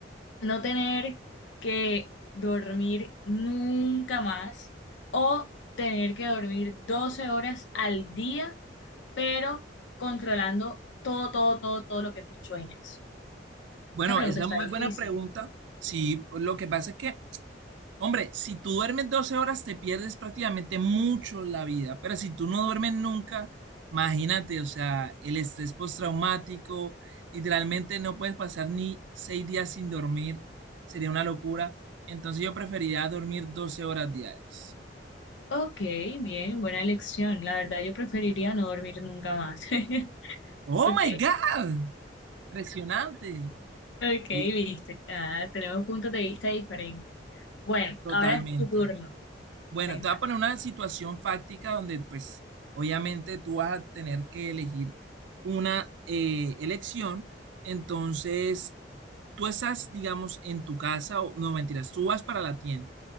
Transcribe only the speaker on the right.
Bueno,
esa
es muy
buena pregunta. Sí, lo que pasa es que, hombre, si tú duermes 12 horas, te pierdes prácticamente mucho la vida, pero si tú no duermes nunca, imagínate, o sea, el estrés postraumático, literalmente no puedes pasar ni 6 días sin dormir, sería una locura. Entonces yo preferiría dormir doce horas diarias.
Oh
my God, impresionante.
Bu-
Totalmente.
Bueno,
te voy a poner una situación fáctica donde, pues, obviamente tú vas a tener que elegir una eh, elección. Entonces, tú estás, digamos, en tu casa, o no mentiras, tú vas para la tienda